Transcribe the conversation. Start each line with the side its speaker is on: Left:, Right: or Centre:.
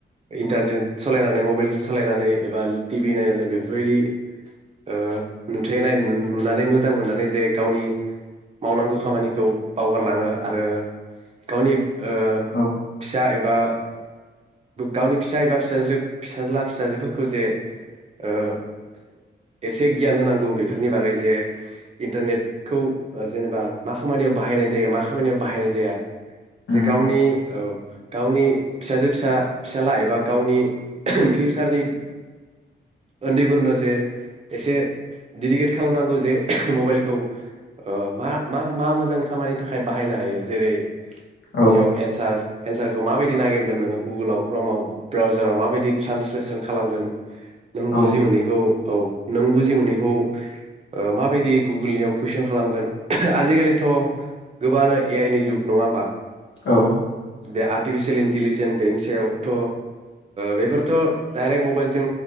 Right: इन्टारनेट सालायनानै मबाइल सालायनानै एबा टिभि नायनानै बेफोरबायदि ओ नुथायनाय नुनानै मोजां मोननानै जे गावनि मावनांगौ खामानिखौ बावगारलाङो आरो गावनि ओ
Left: औ
Right: फिसा एबा गावनि फिसा एबा फिाज फिसाज्ला फिसाजोफोरखौ जे ओ एसे गियान होनांगौ बेफोरनि बागै जे इन्टारनेटखौ जेनेबा मा खामानियाव बाहायनाय जायो मा खामानियाव बाहायनाय जाया।
Left: उम
Right: जे गावनि औ गावनि फिसाजो फिसा फिसाला एबा गावनि ओह फिउसारनि उन्दैफोरनो जे एसे डेदिकेट खालामनांगौ जे मबाइलखौ मा मा मा मोजां खामानि थाखाय बाहायनो हायो जेरै
Left: औ
Right: बेयाव एन्सार एन्सारखौ माबायदि नागिरगोन नोङो गुगोलाव क्रमाव ब्राउजाराव माबायदि ट्रेन्सलेसन खालामगोन नों बुजि
Left: औ
Right: मोनैखौ औ नों बुजि मोनैखौ माबायदि गुगोलनियाव कुइसन खालामगोन ओह आजि खालिथ गोबांनो ए आइ नि जुग नङा होमबा
Left: औ
Right: दे। र्टिफिसियेल इन्टिलिजेन्स बेनि सायावथ बेफोरथ डाइरेक्ट मबाइल जों